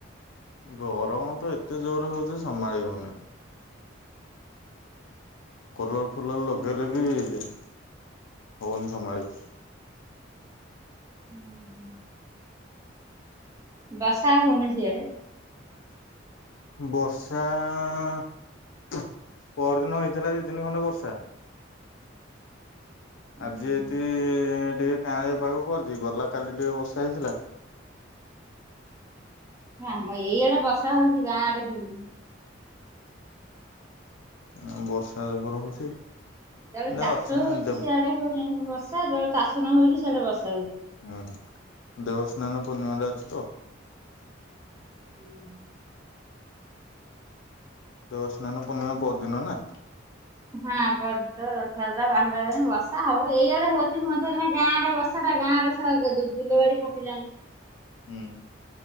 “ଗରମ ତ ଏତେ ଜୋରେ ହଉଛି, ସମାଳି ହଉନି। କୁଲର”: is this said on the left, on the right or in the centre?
Left